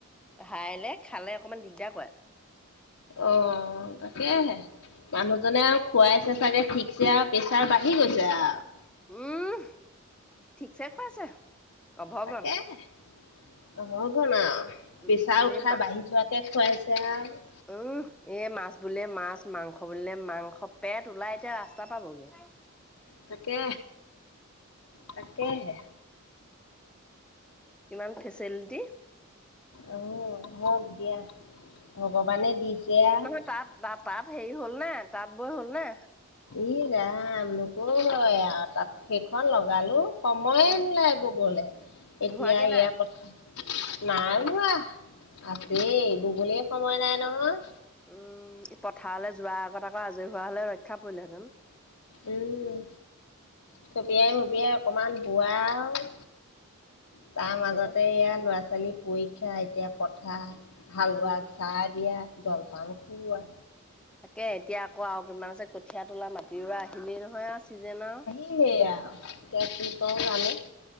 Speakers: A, in the centre; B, on the left.
A: হাইলে, খালে অকণমান দিগদাৰ কৰে।
B: অ', তাকেহে। মানুহজনে আৰু খুৱাইছে চাগে ঠিকছে আৰু প্ৰেছাৰ বাঢ়ি গৈছে আৰু।
A: উম, ঠিকছে খুৱাইছে। অভগন,
B: তাকেহে ৰহগনা আৰু
A: উম,
B: পেছা উঠা
A: এই
B: বাঢ়ি যোৱা তে খুৱাইছে আৰু।
A: উস, এই মাছ বুলিয়ে মাছ, মাংস বুলিলে মাংস, পেট ওলাই এতিয়া ৰাস্তা পাবগে।
B: তাকে, তাকেহে।
A: ইমান ফেচিলিটি।
B: অহ, হওক দিয়া, ভগৱানে দিছে আৰু।
A: তাত ত তাত হেৰি হ'ল নে? তাঁত বৈ হ'লনে?
B: ই ৰাম, নকবয় আৰু, তাত সেইখন লগালো। সময়েই
A: উম
B: নোলায় ববলে, এতিয়া
A: হোৱাগে
B: এইয়া
A: নাই
B: পথাৰ নাই বোৱা, আছেই, ববলেই সময় নাই নহয়।
A: উম, পথাৰলে যোৱাৰ আগত আকৌ আজৰি হোৱা হ'লে ৰক্ষা পৰিলেহেতেন।
B: উম, থপিয়াই মপিয়াই অকমান বোৱা আৰু। তাৰ
A: তাকে
B: মাজতে এইয়া ল'ৰা ছোৱালী পৰীক্ষা, এতিয়া পথাৰ। হালোৱাক
A: উম
B: চাহ দিয়া, জলপান খুওৱা।
A: তাকেহে, এতিয়া আকৌ আৰু কেইদিনমানৰ পিছত কঠিয়া তোলা, মাটি ৰুৱা আহিলেই নহয় আৰু চিজন আৰু।
B: সেইয়া, এতিয়া কি কৰোঁ জানো।